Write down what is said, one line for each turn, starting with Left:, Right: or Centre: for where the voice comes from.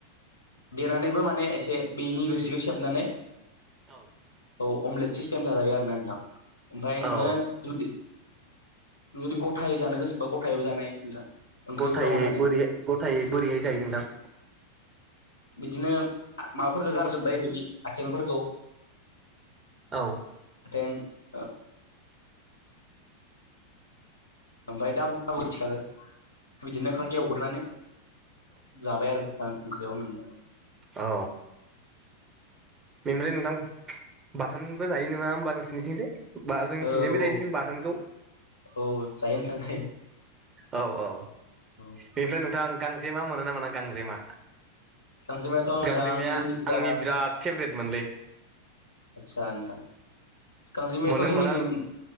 Left: देनानैबो माने एसे बेनि रोसिखौ सेबनानै।
Right: औ।
Left: औ अमलेट सिस्टेम जाजायो आरो ना नोंथां ओमफ्राय
Right: औ
Left: नोङो जुदि जुदि गथायै जानो गोसोबा गथायैबो जानाय नोंथां। ओंख्रिफोराव
Right: गथायै
Left: होनानै
Right: बोरैहाय गथायै बोरैहाय जायो नोंथां?
Left: बिदिनो माबाफोरखौ गारजोब्बाय बिनि आथिंफोरखौ।
Right: औ।
Left: <unintelligible> <inaudible> ओमफ्राय दाम दाबो मिथिखागो बिदिनो खाखि एवग्रोनानै जाबाय आरो गोथां ओख्रियाव होननाय।
Right: औ। बेनिफ्राय नोंथां बाथोनबो जायो नङा होमबा नोंसोरनिथिंजाय। बा जोंनिथिंजाय
Left: औ औ
Right: जाहदिसम बाथोनखौ।
Left: औ जायो नोंथां जायो
Right: औ औ
Left: औ
Right: बेनिफ्राय नोंथां गांजेमा मोनो नामा ना गांजेमा?
Left: गांजेमायाथ' नोंथां
Right: गांजेमाया
Left: जोंनिखिजा
Right: आंनि बिराद फेभरेट मोनलै।
Left: सान्थां। गांजेमायाथ'
Right: मोनो होमबाना
Left: जोंनिथिं
Right: नों